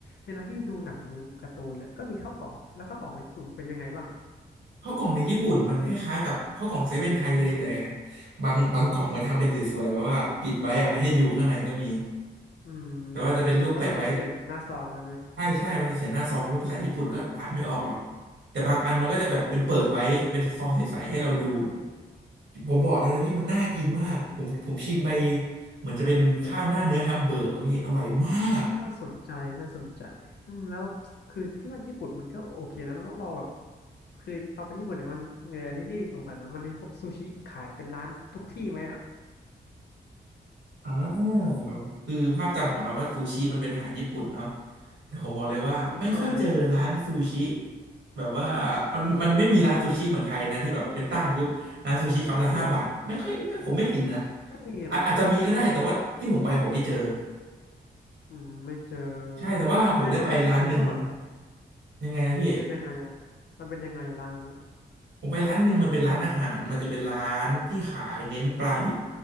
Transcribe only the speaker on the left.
เวลาพี่ดูหนังดูการ์ตูนแล้วก็มีข้าวกล่องแล้วข้าวกล่องในญี่ปุ่นเป็นยังไงบ้าง
อืม
แล้วมันจะเขียนหน้าซองไว้ไหม
อ๋อ
อืม
โห น่าสนใจน่าสนใจอืมแล้วคือพี่ว่าญี่ปุ่นมันก็โอเคนะแล้วเราแบบคือเราไปญี่ปุ่นเนี่ยมันเอออันนี้พี่สงสัยนะมันมีพวกซูชิขายเป็นร้านทุกที่ไหมอ่ะ
อือฮึใช่
หรอไม่มีหรอ
อืมไม่เจอ
แสดงว่ามันก็เป็นพวกแบบ
เป็นยังไงอะมันเป็นยังไงอะร้านนั้นอะ